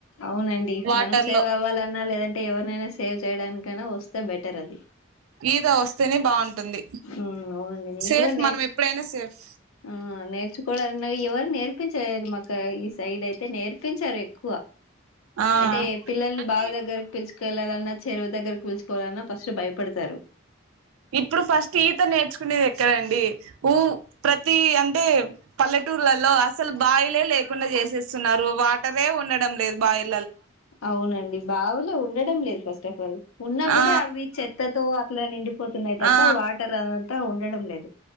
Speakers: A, on the left; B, on the right.
A: అవునండి
B: వాటర్
A: మనం సేవ్
B: లో
A: అవ్వాలన్నా లేదా అంటే ఎవర్నైనా సేవ్ చేయడానికైనా వస్తే బెటర్ అది
B: ఈద వస్తేనే బాగున్ ఉంటుంది
A: ఉమ్ అవునండి నేను
B: సేఫ్
A: కూడా నేర్చు
B: మనం ఎప్పుడైనా సేఫ్
A: ఆ నేర్చుకోవాలన్న ఎవరు నేర్పించలేదు మాకు ఈ సైడ్ అయితే నేర్పించారు ఎక్కువ
B: ఆ
A: అంటే పిల్లల్ని
B: అంటే
A: బావి దగ్గరకి పిల్చ్ కెళ్ళాలన్న చెరువుదగ్గరికి కుర్చ్ పోవాలన్న ఫస్ట్ భయపడతారు
B: ఇప్పుడు ఫస్ట్ ఈత నేర్చుకునేది ఎక్కడండి? ఊ ప్రతీ అంటే పల్లెటూర్లలో అసలు బావిలే లేవ్ కుండా చేసేస్తున్నారు వాటరే ఉండడం లేదు బావిలో
A: అవునండి బావులే ఉండడం లేదు ఫస్ట్ ఫల్ ఉన్నా కూడా
B: ఆ
A: అవి చెత్తతో ల నిండి పొ పోతున్నాయితప్ప
B: ఆ
A: వాటర్ అంతా ఉంన్ డడం లేదు